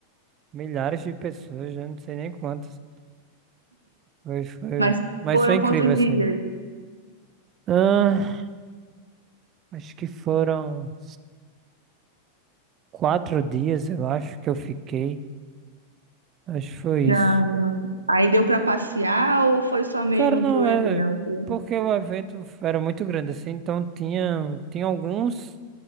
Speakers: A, on the right (about 30°); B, on the right (about 85°).
A: milhares de pessoas, já não sei nem quantas. Foi, foi,
B: Mas
A: mas
B: foram
A: foi incrível,
B: quantos
A: assim.
B: dias?
A: Ah, acho que foram. quatro dias, eu acho que eu fiquei. Acho que foi
B: Ah,
A: isso.
B: Aí deu pra passear ou foi só mesmo
A: Cara, não,
B: pro evento?
A: é porque o evento era muito grande assim, então tinha, tinha alguns.